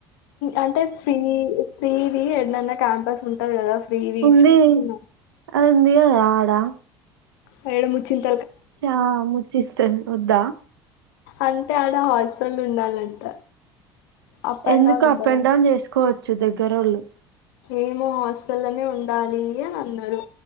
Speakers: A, on the left; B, on the right.
A: అంటే ఫ్రీ ఫీవి ఎడ్నన్నా క్యాంపస్ ఉంటది కదా ఫ్రీది
B: ఉంది
A: చూస్తున్నా
B: అంది ఆడా
A: మేడమ్ వచ్చింది
B: చా ముచ్చిస్తన్ ఒద్దా
A: అంటే ఆడ హాస్టల్ ఉండాలంట అప్ అండ్
B: ఎందుకు
A: డౌన్ ఉండదంట
B: అప్ అండ్ డౌన్ చేసుకోవచ్ చ్చు దగ్గరోళ్ళు
A: ఏమో హాస్టలనే ఉండాలి అని అన్నారు